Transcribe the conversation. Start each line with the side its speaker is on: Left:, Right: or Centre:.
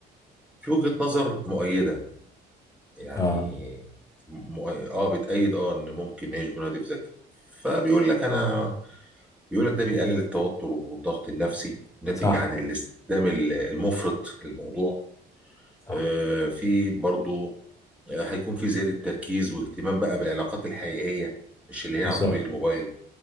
Centre: في وجهه نظر مؤيده يعني
Left: اه
Centre: مؤي... اه بتأيد اه ان ممكن نعيش بدون هاتف ذكي فبيقول لك انا بيقول لك ده بيقلل التوتر والضغط النفسي ناتج
Left: صح
Centre: عن الاستخدام ال- المفرط للموضوع
Left: صح
Centre: آه، في برضو آه، هيكون في زيادة تركيز واهتمام بقى بالعلاقات الحقيقية مش اللي
Left: بالظبط
Centre: هي عن طريق الموبايل